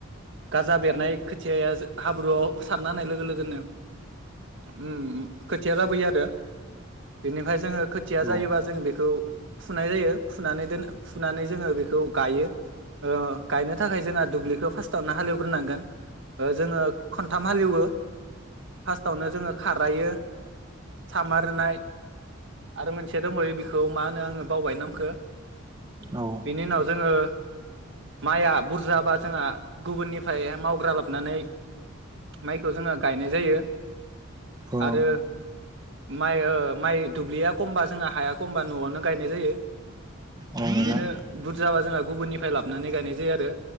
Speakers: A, on the right; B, on the right.
A: गाजा बेरनाय खोथियाया हाब्रुआव सारना होनाय लोगो- लोगोनो उम खोथिया जाबोयोआरो। बेनिफ्राय जोङो खोथिया
B: औ
A: जायोबा जोङो बेखौ फुनाय जायो फुनानै दोन फुनानै जोङो बेखौ गायो। ओ गायनो थाखाय जोंना दुब्लि बेखौ फार्स्टावनो हालेवग्रोनांगोन जोङो खनथाम हालेवो फार्स्टआवनो जोङो खारायो सामार होनाय आरो मोनसेया दंबो बेखौ मा होनो आङो बावबाय नामखौ
B: औ
A: बिनि उनाव जोङो माइआ बुरजाबा जोंहा गुबुननिफ्राय मावग्रा लाबनानै माइखौ जोङो गायनाय जायो
B: औ
A: आरो माइ ओ माइ दुब्लिया खमबा जोंहा हाया खमबा न'आवनो गायनाय जायो
B: नोंथां
A: बिदिनो बुरजाबा जोंहा गुबुननिफ्राय लाबोनानै गायनाय जायो आरो